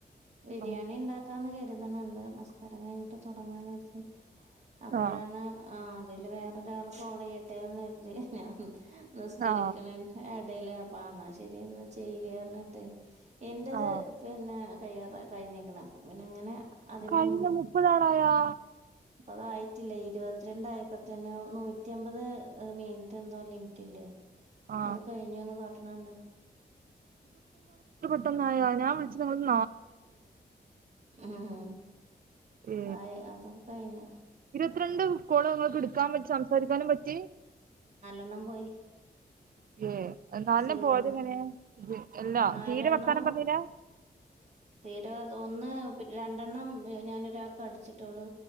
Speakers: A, on the right (about 40°); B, on the right (about 60°).
A: ബിരിയാണി
B: ആ
A: ണ്ടാക്കാന്ന് കര്ത്ണ് ണ്ട് നിസ്കാരം കയിഞ്ഞിട്ട് തുടങ്ങാന്ന് കര്തി അപ്പൊഴാണ്
B: ആ
A: ആ തില് വേറൊരാൾ കോളെയ്യട്ടെന്ന് ര്തി ഞാൻ നിസ്കരിക്ക്‌ണെ
B: ആ
A: എടേല് അപ്പ ന്നാ ശരി എന്നാ ചെയ്യാർഞ്ഞ്ട്ട് എന്റത്
B: ആ
A: പിന്നെ കയ്യാറ കയ്ഞ്ഞിക്ക്‌ണ് അപ്പ പിന്നെ അങ്ങനെ അതിമ്മ
B: കയ്ഞ്ഞ മുപ്പതാടായാ
A: പ്പതായിറ്റില്ല ഇരുവത്ത്രണ്ടായപ്പൊ ത്തന്നെ നൂറ്റി അമ്പത് മിൻറ്റ് എന്തോ ലിംറ്റ് ഇല്ലേ
B: ആ
A: അത് കഴിഞ്ഞ്ന്ന് ന്ന് കാട്ട്ണ് ണ്ട്
B: ത്തൊന്നായൊ ഞാ വിൾച്ച് <unintelligible>
A: ആഹ്
B: ഏ
A: ആയി അതൊക് കഴിഞ്ഞ്
B: ത്രണ്ട് കോള് ങ്ങക്ക് എടുക്കാൻ പച്ച് സംസാരിക്കാനും പറ്റി
A: ണ്ണം പോയി
B: ഏ നാലെണ്ണം
A: സീറോണ്ട്
B: പോയത് എങ്ങനെ എല്ലാ
A: നാലെണ്ണം
B: തീരെ വർത്താനം പർഞ്ഞീലാ
A: റ്റാ ത് ഒന്ന് രണ്ടെണ്ണം ഞാന് ഒരാക്ക്‌ അട്ച്ചിട്ടെള്ളു